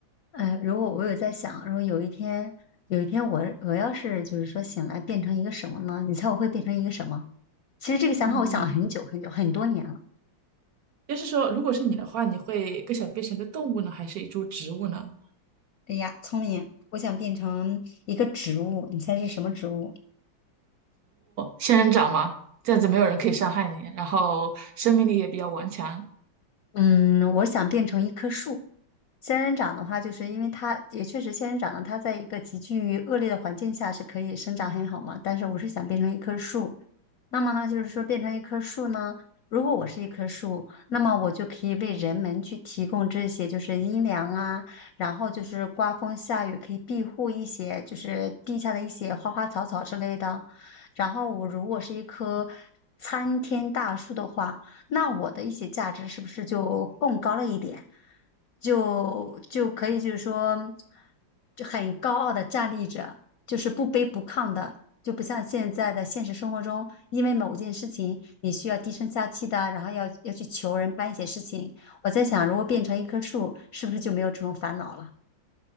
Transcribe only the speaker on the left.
哎，如果我有在想，如果有一天，有一天我我要是就是说醒来变成一个什么呢？你猜我会变成一个什么？其实这个想法我想了很久很久很多年了。
哎呀，聪明！我想变成一个植物，你猜是什么植物？
嗯，我想变成一棵树。仙人掌的话，就是因为它也确实仙人掌呢，它在一个极具恶劣的环境下是可以生长很好嘛。但是我是想变成一棵树，那么呢，就是说变成一棵树呢，如果我是一棵树，那么我就可以为人们去提供这些，就是阴凉啊，然后就是刮风下雨可以庇护一些，就是地下的一些花花草草之类的。然后我如果是一棵参天大树的话，那我的一些价值是不是就更高了一点？就就可以就是说，就很高傲的站立着，就是不卑不亢的。就不像现在的现实生活中，因为某件事情你需要低声下气的，然后要要去求人办一些事情。我在想，如果变成一棵树，是不是就没有这种烦恼了？